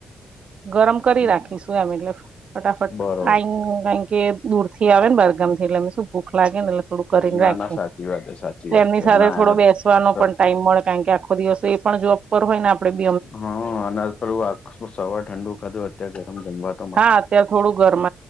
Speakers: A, on the right; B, on the left.
A: ગરમ કરી
B: ગયું
A: રાખીશું એમ એટલે ફટાફટ
B: બરોબર
A: આ ક કે દૂર થી આવે ને બરગમ થી એટલે શું ભૂખ લાગે ને એટલે થોડું કરીને
B: ના
A: રાખીએ,
B: ના સાચી વાત છે સાચી
A: એટલે
B: વાત
A: એમની
B: છે અને
A: સાથે
B: આયા
A: થોડો બેસવાનો પણ ટાઈમ મળે કારણ કે આખો દિવસો એ પણ જોબ પર હોય ને આપણે
B: હા અનાજ પેલું આ સવાર ઠંડુ ખાધું અત્યારે ગરમ રમવા
A: હા અત્યારે થોડું ગરમ